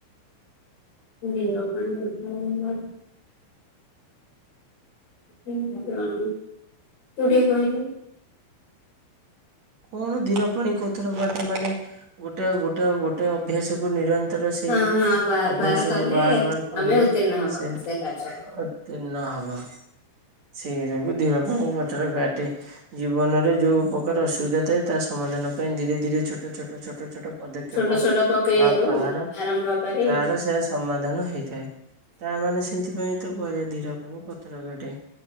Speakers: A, on the left; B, on the right.
A: ଧୀର ପାଣି ପଥର <unintelligible> କିମିତି ଜାଣିନି ତୁ ଟିକେ କହିଲୁ?
B: କଣ ଧିର ପାଣି ପଥର କାଟେ ମାନେ ଗୋଟେ ଗୋଟେ ଗୋଟେ ଅଭ୍ୟାସକୁ ନିର ଧର ସେଇ
A: ହଁ ହଁ ବାର
B: ଅଭ୍ୟାସ
A: ବାର କଲେ
B: କୁ ବାର ବାର
A: ତମେ
B: କଲେ
A: ଉତ୍ତୀର୍ଣ୍ଣ ହବ
B: ସେ ତିନ
A: କାର୍ଯ୍ୟରେ
B: ହବା। ସେଇ ଯୋଗୁ ଧିର ପାଣି ପଥର କାଟେ ଜୀବନରେ ଯୋଉ ପ୍ରକାର ଅଶୁ ସୁବିଧା ଥାଏ ତା ସମାଧାନ ପାଇଁ ଧୀରେ ଧୀରେ ଛୋଟ ଛୋଟ ଛୋଟ ଛୋଟ ପଦକ୍ଷେପ
A: ଛୋଟ ଛୋଟ ପ୍ରକ୍ରିୟାରୁ
B: ବା ପାହାର
A: ଆରମ୍ଭ କରି
B: ତାର ସେ ସମାଧାନ ହେଇଥାଏ ତା ମାନେ ସେଇଥିପାଇଁ ତ କୁହାଯାଏ ଧୀର ପାଣି ପଥର କାଟେ।